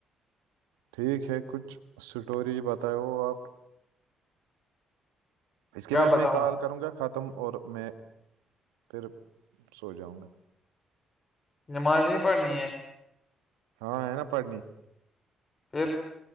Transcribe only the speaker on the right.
ٹھیک ہے کچھ اسٹوری بتاؤ آپ اس کے
بعد
میں کال کروں گا خط ختم اور میں پھر سو جاؤں گا
ہاں ہے نا پڑھنی